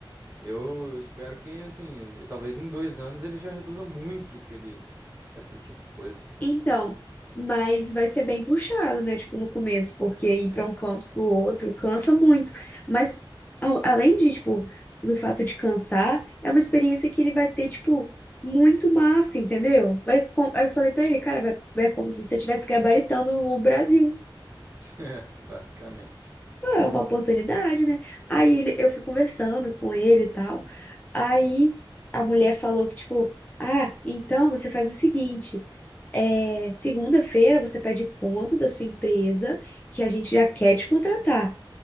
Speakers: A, on the right; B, on the left.
A: Eu espero que, assim, e talvez em dois anos ele já reduza muito que ele, esse tipo de coisa.
B: Então, mas vai ser bem puxado, né? Tipo, no começo, porque ir
A: É.
B: para um canto
A: <laughs>
B: pro outro cansa muito. Mas ao- além de, tipo, do fato de cansar, é uma experiência que ele vai ter, tipo, muito massa, entendeu? Vai, com- aí eu falei pra ele, cara, vai, é como se você estivesse gabaritando o Brasil.
A: É, basicamente.
B: Ah, É uma oportunidade, né? Aí
A: Hum,
B: ele- eu fui conversando com ele e tal. Aí a mulher falou que, tipo, ah, então você faz o seguinte. É, segunda-feira você pede conta da sua empresa, que a gente já quer te contratar.